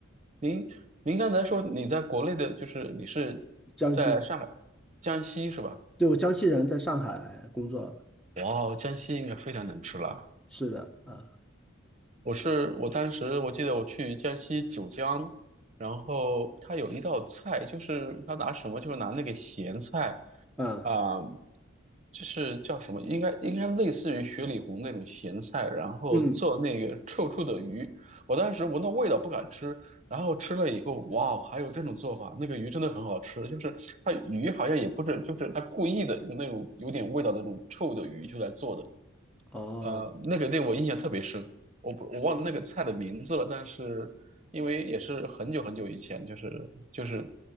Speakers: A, on the right; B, in the centre.
A: 您您刚才说你在国内的，就是你是在上海、
B: 江西，
A: 江西是吧？
B: 对，我江西人，在上海工作。
A: 哇哦，江西应该非常能吃辣。
B: 是的，啊
A: 我是我当时我记得我去江西九江，然后他有一道菜，就是他拿什么，就是拿那个咸菜。
B: 啊
A: 啊、就是叫什么，应该应该类似于雪里红那种咸菜，然后做那个臭臭的鱼。
B: 嗯，
A: 我当时闻到味道不敢吃，然后吃了以后，哇哦，还有这种做法，那个鱼真的很好吃。就是它鱼好像也不是，就是它故意的用那种有点味道的那种臭的鱼就来做的。
B: 哦
A: 呃，那个对我印象特别深，我不我忘了那个菜的名字了，但是因为也是很久很久以前，就是就是